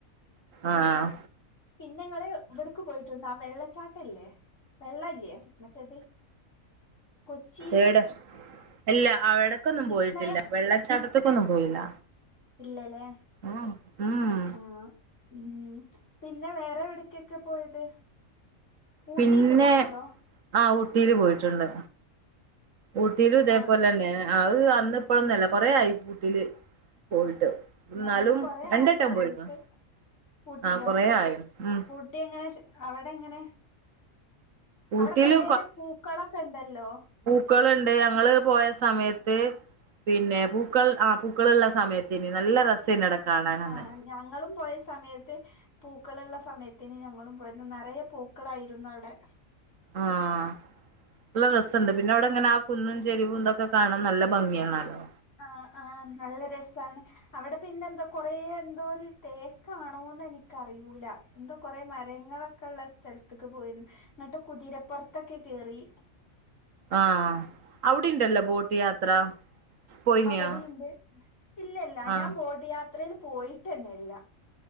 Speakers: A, on the right (about 70°); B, on the left (about 60°).
A: ആഹ്
B: പിന്നെങ്ങള് ഇവിടക്ക് പോയിട്ടുണ്ട് ആഹ് വെള്ളച്ചാട്ടല്ലേ വെള്ളല്ലേ മറ്റേത് കൊച്ചിയില്
A: ഏടെ ഇല്ല അവിടെക്കൊന്നും
B: വിസ്മയ
A: പോയിട്ടില്ല വെള്ളച്ചാട്ടത്തിക്കൊന്നും പോയില്ല
B: ഇല്ലല്ലേ
A: ആഹ് ഉം
B: ആഹ് ആഹ് ഉം പിന്നെ വേറെ എവിടക്കൊക്കെ പോയത് ഊട്ടി
A: പിന്നെ
B: പോയിട്ടുണ്ടോ
A: ആഹ് ഊട്ടിയില് പോയിട്ടുണ്ട് ഊട്ടിയിലും ഇതേപോലെ
B: ആഹ്
A: തന്നെ അത് അന്ന് ഇപ്പോളൊന്നുവല്ല കൊറേ ആയി ഊട്ടിയില് പോയിട്ട് എന്നാലും
B: ഞാനും കൊറേ
A: രണ്ടുവട്ടം
B: ആയി പോയിട്ട്
A: പോയിക്കണ്
B: ഊട്ടിയിലോ
A: ആഹ് കൊറേ ആയേ ഉം
B: ഊട്ടി എങ്ങനെ അവിടെ എങ്ങനെ
A: ഊട്ടിയില്
B: അവിടെ കൊറേ പൂക്കളൊക്കെ ഉണ്ടല്ലോ
A: പൂക്കളുണ്ട് ഞങ്ങള് പോയ സമയത്ത് പിന്നെ പൂക്കൾ ആഹ് പൂക്കള് ഉള്ള സമയത്തിന് നല്ല രസാന്നി അവടെ കാണാനന്ന്
B: ആഹ് ഞങ്ങളും പോയ സമയത്ത് പൂക്കളുള്ള സമയത്തിന് ഞങ്ങളും പോയിരുന്നു നിറയെ പൂക്കളായിരുന്നു അവിടെ
A: ആഹ് നല്ല രസോണ്ട് പിന്നെ അവിടെ ഇങ്ങനെ ആഹ് കുന്നും ചെരിവും ഇതൊക്കെ കാണാൻ നല്ല ഭംഗിയാണല്ലോ
B: ആഹ് ആഹ് നല്ല രസാണ് അവിടെ പിന്നെ എന്താ കൊറേ എന്തോ ഒരു തേക്കാണോന്ന് എനിക്കറിയൂല എന്തോ കൊറേ മരങ്ങളൊക്കെ ഉള്ള സ്ഥലത്തേക്ക് പോയിരുന്നു എന്നിട്ട് കുതിരപ്പുറത്തൊക്കെ കേറി
A: ആഹ് അവിടെ ഉണ്ടല്ലോ ബോട്ട് യാത്ര പോയിനിയോ
B: അവിടെയുണ്ട് ഇല്ല ഇല്ല
A: ആ
B: ഞാൻ ബോട്ട് യാത്രയിൽ പോയിട്ടന്നെ ഇല്ല